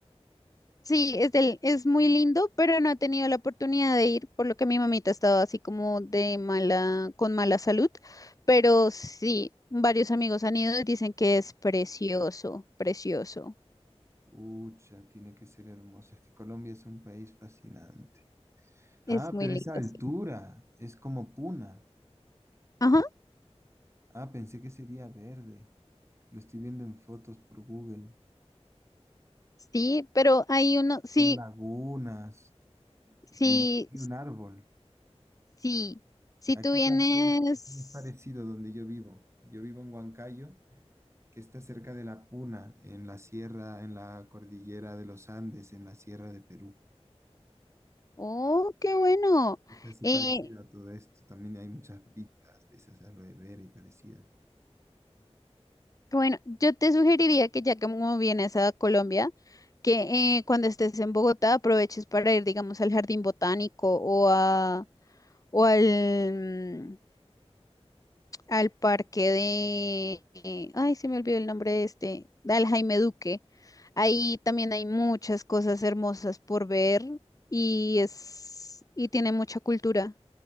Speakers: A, on the left; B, on the right.
A: Sí, es, del, es muy lindo, pero no he tenido la oportunidad de ir, por lo que mi mamita estaba así como de mala, con mala salud, pero sí, varios amigos han ido y dicen que es precioso, precioso.
B: Pucha, tiene que ser hermoso. Es que Colombia es un país fascinante.
A: Es
B: Ah,
A: muy
B: pero
A: lindo,
B: esa altura
A: sí.
B: es como Puna.
A: Ajá,
B: Ah, pensé que sería verde. Lo estoy viendo en fotos por Google.
A: sí, pero hay uno, sí,
B: Son lagunas
A: sí,
B: y no hay un árbol.
A: sí, si
B: Aquí
A: tú vienes,
B: también aquí es parecido donde yo vivo. Yo vivo en Huancayo, que está cerca de la Puna, en la sierra, en la cordillera de los Andes, en la sierra de Perú.
A: oh, qué bueno.
B: Es así
A: Eh,
B: parecido a todo esto. También hay muchas pitas de esas aloe vera y parecidas.
A: Bueno, yo te sugeriría que ya que como vienes a Colombia, que eh, cuando estés en Bogotá aproveches para ir, digamos, al jardín botánico o a o al, mm, al parque de, eh, ay, se me olvidó el nombre de este, al Jaime Duque. Ahí también hay muchas cosas hermosas por ver y es y tiene mucha cultura.